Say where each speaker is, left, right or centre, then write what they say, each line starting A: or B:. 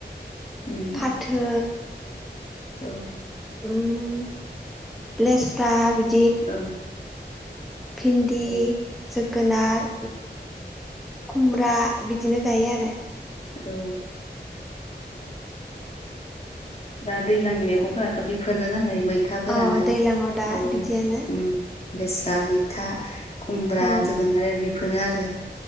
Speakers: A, on the left; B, in the centre.
A: उम
B: फाथो
A: औ।
B: ओम लेस्रा बिदि
A: औ।
B: भिन्दि
A: औ
B: जोब जोगोनार खुमब्रा बिदिनो गायो आरो।
A: औ। दा दैज्लांनि मैगंफोराथ' बेफोरनो नालाय मैथाफोरानो
B: औ दैज्लाङाव दा
A: औ
B: बिदियानो
A: उम लेस्रा मैथा खुमब्रा
B: औ
A: जोगोनार बेफोरनो आरो।